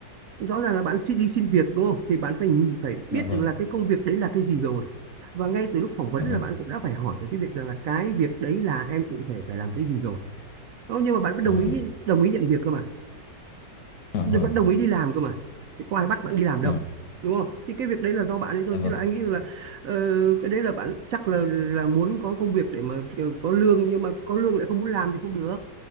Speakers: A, on the right (about 70°); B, on the left (about 75°).
A: rõ ràng là bạn xin đi xin việc đúng không thì bạn phải phải biết
B: Dạ vâng,
A: được là cái công việc đấy là cái gì rồi và ngay từ lúc phỏng vấn
B: dạ vâng.
A: là bạn cũng đã phải hỏi về cái việc rằng là cái việc đấy là em cụ thể phải làm cái gì rồi đó nhưng mà bạn vẫn
B: Ờ.
A: đồng ý đồng ý nhận việc cơ mà
B: Dạ
A: vẫn
B: vâng.
A: đồng ý đi làm cơ mà thì có ai bắt bạn đi làm
B: Dạ.
A: đâu đúng không thì cái việc đấy là do bạn ấy thôi
B: Dạ vâng.
A: chứ là anh nghĩ là ờ, cái đấy là bạn chắc là là muốn có công việc để mà có lương nhưng mà có lương lại không muốn làm thì không được